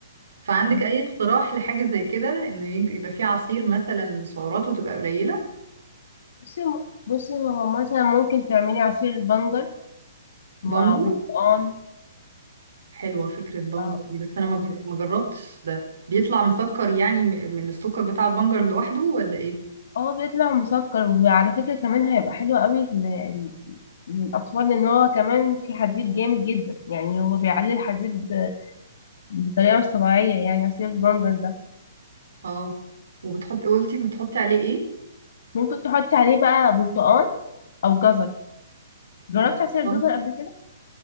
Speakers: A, on the right; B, on the left.
A: فعندك
B: مم.
A: اي اقتراح لحاجة زي كده ان يج- يبقى في عصير مثلا سعراته تبقى قليلة
B: بصي بصي هو مثلا ممكن تعملي عصير بنجر مع
A: بامبو
B: برتقان
A: حلوة فكرة بنجر
B: اه
A: دي بس
B: آه.
A: أنا ما جر- ما جربتش ده بيطلع مسكر يعني م- من السكر بتاع البنجر لوحده ولا إيه؟
B: اه بيطلع مسكر وعلى فكرة كمان هيبقى حلو قوي ل- ل- للأطفال لأن هو كمان في حديد جامد جدا يعني هو بيعلي الحديد بطريقة مش طبيعية يعني عصير البنجر ده
A: اه وبتحطي قلتي بتحطي عليه إيه؟
B: ممكن تحطي عليه بقى برتقال أو جزر جربتي
A: برتقال
B: عصير الجزر قبل كده؟